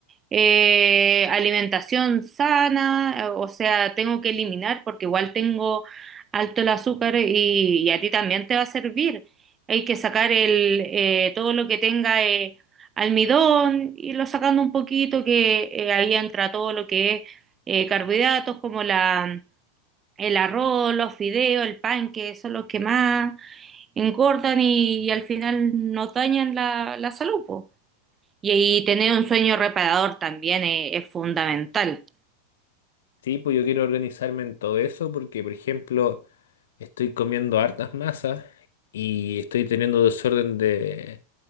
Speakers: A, on the right; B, on the left.
A: Eh, alimentación sana, eh, o sea, tengo que eliminar porque igual tengo alto el azúcar y, y a ti también te va a servir. Hay que sacar el, eh, todo lo que tenga eh, almidón, irlo sacando un poquito, que eh, ahí entra todo lo que es eh, carbohidratos como la, el arroz, los fideos, el pan, que son los que más engordan y, y al final nos dañan la, la salud, po. Y, y tener un sueño reparador también es, es fundamental.
B: Sí, pues yo quiero organizarme en todo eso porque, por ejemplo, estoy comiendo hartas masas y estoy teniendo desorden de,